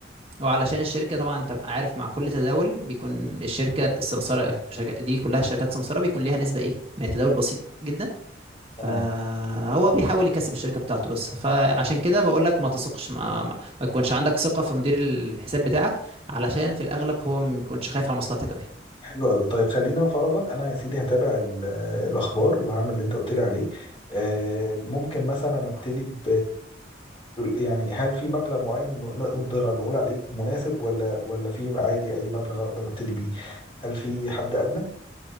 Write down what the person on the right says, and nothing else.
وعلشان الشركة طبعا انت عارف مع كل تداول بيكون الشركة السمسارة أو الشركة دي كلها شركات سمسارة بيكون ليها نسبة ايه من التداول بسيط جدا
فهو بيحاول يكسب الشركة بتاعته بس فعشان كده بقول لك ما تثقش ما, ما, ما تكونش عندك ثقة في مدير الحساب بتاعك علشان في الأغلب هو ما بيكونش خايف على مصلحتك قوي